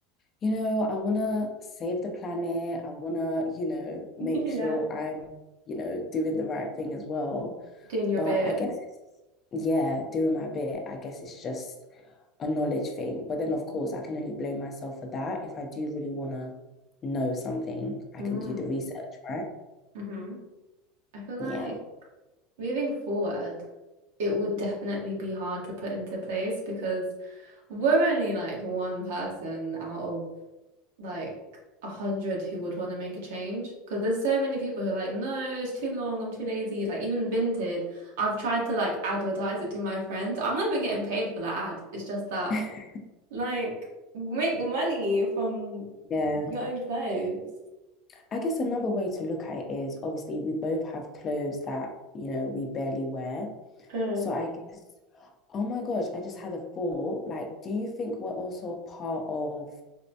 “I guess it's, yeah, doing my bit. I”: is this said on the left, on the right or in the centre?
Left